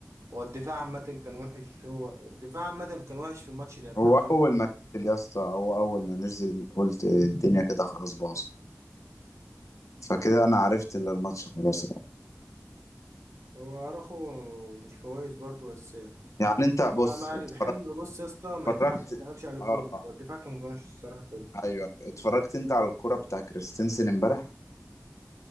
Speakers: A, on the right (about 80°); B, on the left (about 80°).
A: هو الدفاع عامة كان وحش هو الدفاع عامة كان وحش في الماتش ده بتاع
B: هو
A: الانتر
B: أول ما نزل يا اسطى هو أول ما نزل قلت الدنيا كده خلاص باظت فكده أنا عرفت إن الماتش خلاص
A: هو اراخو مش كويس برضو بس
B: يعني أنت
A: بس
B: بص
A: مع مع
B: اتفرجت
A: الحمل بص يا اسطى ما
B: اتفرجت-
A: يتحق- ما يتعملش عليه
B: اه
A: كل هو الدفاع كان وحش الصراحة كله
B: ايوه اتفرجت انت على الكرة بتاع كريستنسن امبارح